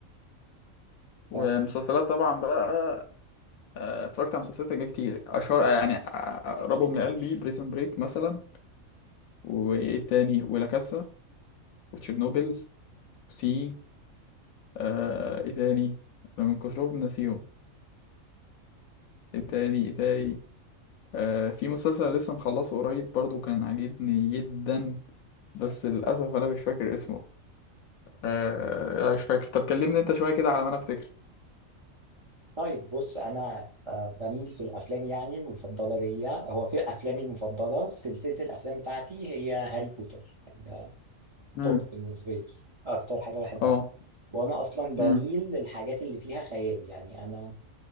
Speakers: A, on the left; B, on the right.
A: ومسلسلات
B: تمام
A: طبعا بقى آه، اتفرجت على مسلسلات أجنبي كتير أشهر يعني أ- أقربهم لقلبي بريزون بريك مثلا وإيه تاني ولا كاسا وتشيرنوبل سي آه ايه تاني انا من كترهم ناسيهم ايه تاني ايه تاني آه في مسلسل لسه مخلصه قريب برضو كان عاجبني جدا بس للاسف انا مش فاكر اسمه آه مش فاكر طب كلمني انت شويه كده على ما انا افتكر
B: طيب بص انا آه، بميل في الافلام يعني المفضله ليا هو في افلامي المفضله سلسله الافلام بتاعتي هي هاري بوتر يعني ده
A: امم
B: توب بالنسبه لي اكتر حاجه بحبها
A: اه
B: وانا اصلا بميل
A: امم
B: للحاجات اللي فيها خيال يعني انا